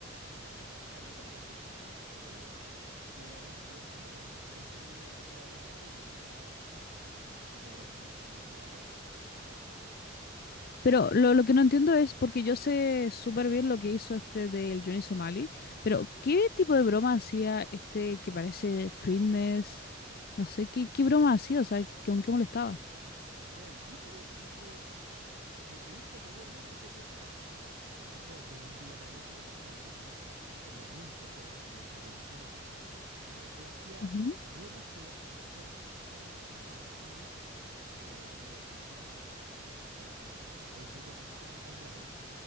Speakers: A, on the right (about 60°); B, on the left (about 50°).
A: O sea, tenía caleta, ¿cierto? Pero obviamente eh, su contenido empezó a decaer y ya empezó a tener mucho menos fama que antes.
B: Pero lo, lo que no entiendo es, porque yo sé súper bien lo que hizo este del Johnny Somali, pero
A: Ujú.
B: ¿qué tipo de broma hacía este que parece fitness? No sé, ¿qué, qué broma hacía? O sea, ¿con qué molestaba?
A: O sea, el Vitaly hizo Lo que hizo mayormente sería, bueno, eh, todo fue en un día, parece, un par de días, fue en un periodo muy, muy corto, a diferencia de Johnny Somali, eh, pero hacía
B: Ujú,
A: bromas que a lo mejor pasaban en Estados Unidos, eh, pero en Filipinas no se la aguantaron, no se la aguantaron para nada. No hizo cosas tan, tan graves,